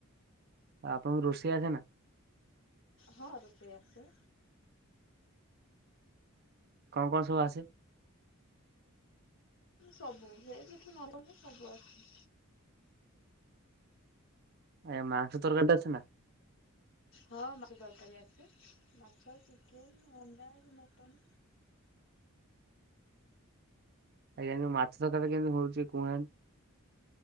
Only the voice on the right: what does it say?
ଆପଣଙ୍କୁ ରୋଷେଇ ଆସେ ନା?
କଣ କଣ ସବୁ ଆସେ?
ଏ ମାଂସ ତରକାରୀଟା ଅଛି ନା?
ଆଜ୍ଞା ମାଛ ତରକାରିଟା କେମିତି ହଉଛି କୋହୁନାହାନ୍ତି।